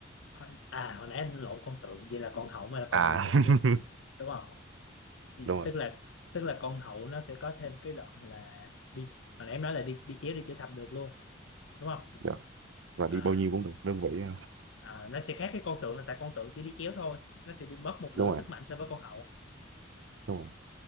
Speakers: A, on the left; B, on the right.
A: hồi, à hồi nãy anh lộn con tượng vậy là con hậu mới là con
B: à
A: quyền lực nhất
B: <laughs>
A: đúng không Ừ,
B: đúng rồi
A: tức là tức là con hậu nó sẽ có thêm cái đoạn là đi hồi nãy em nói là đi đi chéo đi chữ thập được luôn đúng không
B: Dạ. là
A: À
B: đi bao nhiêu cũng được đơn vị ha.
A: Ờ, nó sẽ khác với con tượng là tại con tượng chỉ đi chéo thôi nó sẽ bị mất một nửa
B: đúng rồi
A: sức mạnh so với con hậu
B: đúng rồi